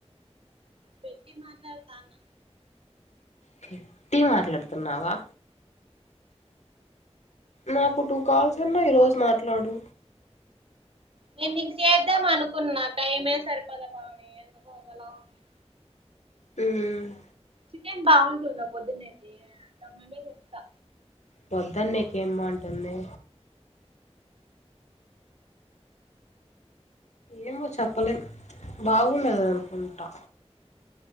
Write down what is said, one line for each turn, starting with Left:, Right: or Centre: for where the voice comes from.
Right: పెట్టి మాట్లాడతాన్న
Left: పెట్టి మాట్లాడుతున్నావా నాకు టూ కాల్స్ అన్న ఈరోజు మాట్లాడు
Right: నేను నీకు చేద్దాం అనుకున్నా టైమే సరిపోల పావని ఎందుకో ఒకలా ఉంది
Left: ఉమ్
Right: చికెన్ బాగుంటుంద పొద్దునేకి టమాటా చెస్తా
Left: పొద్దనీకేం బాంటుంది ఏమో చెప్పలేం బాగుండదు అనుకుంటా